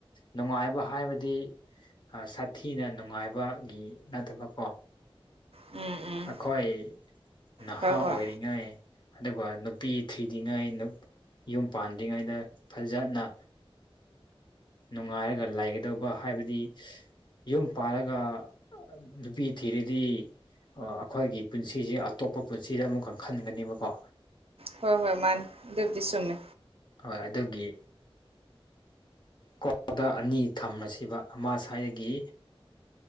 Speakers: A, on the left; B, on the right.
A: ꯅꯨꯡꯉꯥꯏꯕ ꯍꯥꯏꯕꯗꯤ ꯁꯥꯊꯤꯅ ꯅꯨꯡꯉꯥꯏꯕꯒꯤ ꯅꯠꯇꯕ ꯀꯣ
B: ꯎꯝ ꯎꯝ
A: ꯑꯈꯣꯏ ꯅꯍꯥ
B: ꯍꯣꯏ ꯍꯣꯏ
A: ꯑꯣꯏꯔꯤꯉꯩ ꯑꯗꯨꯒ ꯅꯨꯄꯤ ꯊꯤꯗꯤꯉꯩ ꯌꯨꯝ ꯄꯥꯟꯗ꯭ꯔꯤꯉꯩꯗ ꯐꯖꯅ ꯅꯨꯡꯉꯥꯏꯔꯒ ꯂꯩꯥꯒꯗꯧꯕ ꯍꯥꯏꯕꯗꯤ ꯌꯨꯝ ꯄꯥꯜꯂꯒ ꯅꯨꯄꯤ ꯊꯤꯔꯗꯤ ꯑ ꯑꯈꯣꯏꯒꯤ ꯄꯨꯟꯁꯤꯖꯦ ꯑꯇꯣꯞꯄ ꯄꯨꯟꯁꯤꯗ ꯑꯃꯨꯛꯀ ꯈꯟꯕꯅꯦꯕꯀꯣ
B: ꯍꯣꯏ ꯍꯣꯏ ꯃꯥꯅꯤ ꯑꯗꯨꯕꯨꯗꯤ ꯆꯨꯝꯃꯦ
A: ꯍꯣꯏ ꯑꯗꯨꯒꯤ ꯀꯣꯛꯇ ꯑꯅꯤ ꯊꯝꯃꯁꯦꯕ ꯑꯃ ꯁꯥꯏꯗꯒꯤ